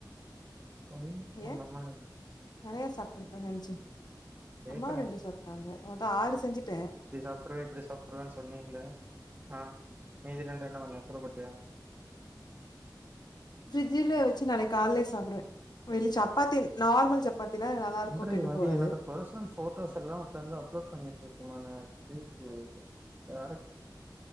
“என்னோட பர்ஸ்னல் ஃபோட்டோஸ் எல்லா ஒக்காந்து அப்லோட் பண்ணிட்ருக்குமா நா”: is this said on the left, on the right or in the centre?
Right